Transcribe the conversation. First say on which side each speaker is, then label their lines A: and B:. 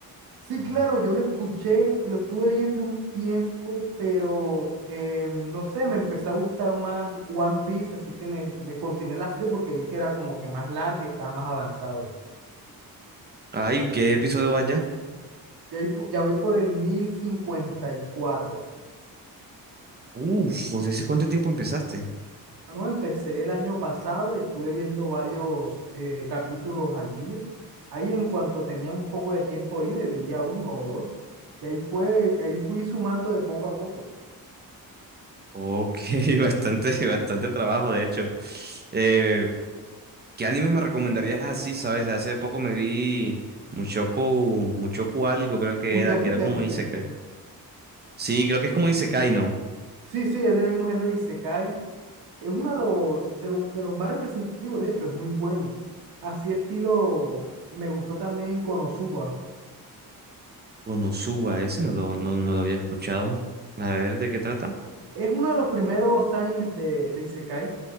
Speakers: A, on the right (about 85°); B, on the right (about 25°).
A: Sí, claro, yo lo escuché, lo estuve viendo un tiempo, pero eh, no sé, me empezó a gustar más One Piece, así que me, me continué la serie porque vi que era como que más largo y estaba más avanzado.
B: Ay, ¿qué episodio vaya?
A: Ya voy, po- ya voy por el 1054.
B: Uf, pues ¿hace cuánto tiempo empezaste?
A: Ah, no empecé el año pasado y estuve viendo varios eh, capítulos al día. Ahí en cuanto tenía un poco de tiempo libre, veía uno o dos. Y ahí fue, ahí fui sumando de poco a poco.
B: Ok, <laughs> bastante, bastante trabajo, de hecho. Eh, ¿qué animes me recomendarías así, sabes? Hace poco me vi Mushoku, Mushoku algo creo que
A: Mushoku
B: era, que era
A: Tensei.
B: como un isekai. Sí, creo que es como un isekai, ¿no?
A: Sí, sí, es del mismo género Isekai. Es uno de los, de lo de los más representativos, de hecho, es muy bueno. Así estilo, me gustó también Konosuba.
B: Konosuba, ese no lo, no, no lo había escuchado. A ver, ¿de qué trata?
A: Es uno de los primeros animes de, de Isekai.